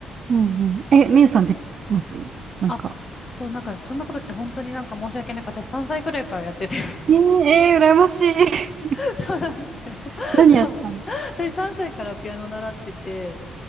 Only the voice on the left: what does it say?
あ、そう、なんかそんなことって本当になんか申し訳ない。私3歳くらいからやってて
<laughs> そうなんですよ。
そう。私3歳からピアノ習ってて、